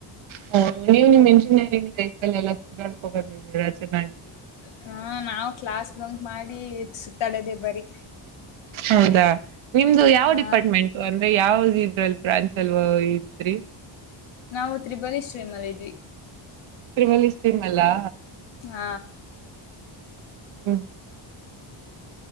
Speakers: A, on the right; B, on the left.
A: ಹ ನೀವು್ ನಿಮ್ ಇಂಜಿನಿಯರಿಂಗ್ ಲೈಫ್ ಅಲ್ಲಿ ಎಲ್ಲಾಕದು ನೀ ಮ್ಯಾ್ಲಿ
B: ಹಾ ನಾವವು್ ಕ್ಲಾಸ್ ಬಂಕ್ ಮಾಡಿ ತಡೆದೇ ಬರಿ
A: ಹೌದಾ ನಿಮ್ದು ಯಾವ
B: ಹಾ
A: ಡಿಪಾರ್ಟ್ಮೆಂಟ್ು ಅಂದ್ರೆ ಯಾವ್ದ ಬ್ರಾನ್ಚ್ ಎಲ್ ಇಡೀ
B: ನಾವವುತ್ರಿಬಲಿ ಶೀಮಲ ಇದ್ವಿ
A: ತಿರುಮಲಿ ಶೀಮ ಅಲ್ಲಾ
B: ಹ
A: ಹ್ಮ್